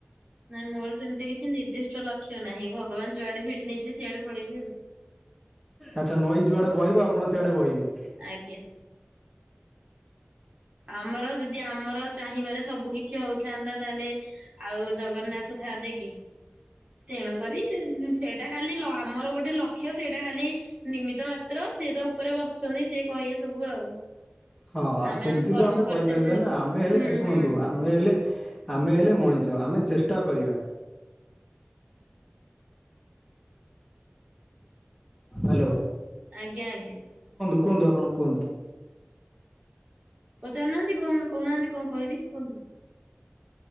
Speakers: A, on the right; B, in the centre.
A: ନାଇଁ ମୋର ସେମିତି କିଛି ନିର୍ଦ୍ଦିଷ୍ଟ ଲକ୍ଷ୍ୟ ନାହିଁ ଭଗବାନ ଯୁଆଡେ ଭିଡି ନେଇଯିବେ ସିଆଡେ ପଳେଇବି ଆଉ।
B: ଆଛା ନଈ ଯୁଆଡେ ବହିବ ଆପଣ ସିଆଡେ ବହିବେ।
A: ଆଜ୍ଞା। ଆମର ଯଦି ଆମର ଚାହିଁବାରେ ସବୁ କିଛି ହଉ। ଥାନ୍ତା ତାହେଲେ ଆଉ ଜଗନ୍ନାଥ ଥାଆନ୍ତେ କି ତେଣୁ। କରି ସେଇଟା ଖାଲି ଲ ଆମର ଗୋଟେ ଲକ୍ଷ୍ୟ ସେଇଟା ଖାଲି ନିମିତ ମା ତ୍ର ସିଏ ତ ଉପରେ ବସିଛନ୍ତି ସିଏ କହିବେ ସବୁ ଆଉ।
B: ହଁ
A: ଆମେ
B: ସେମିତି
A: କର୍ମ
B: ତ ଆମେ
A: କରିଚାଲିଲେ
B: କହିପାରିବାନି
A: ହବ।
B: ନା ଆମେ ହେଲେ
A: ହୁଁ
B: ଶୁଣନ୍ତୁ
A: ହୁଁ ହୁଁ
B: ଆମେ ହେଲେ। ଆମେ ହେଲେ ମଣିଷ ଆମେ ଚେଷ୍ଟା କରିବା। ହାଲୋ।
A: ଆଜ୍ଞା ଆଜ୍ଞା।
B: କୁହନ୍ତୁ ଆପଣଙ୍କୁ କୁହନ୍ତୁ।
A: ପଚାରୁ ନାହାନ୍ତି କଣ କହୁ ନାହାନ୍ତି କଣ କହିବି କୁହନ୍ତୁ।